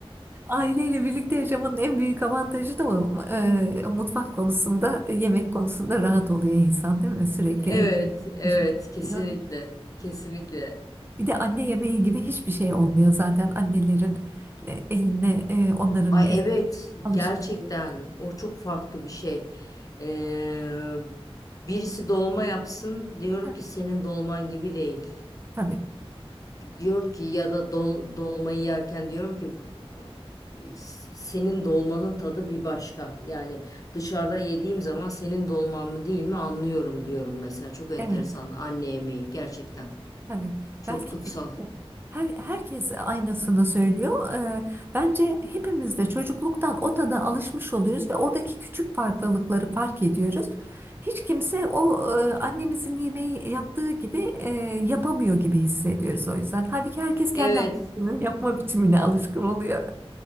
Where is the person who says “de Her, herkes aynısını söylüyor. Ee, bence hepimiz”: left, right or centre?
Right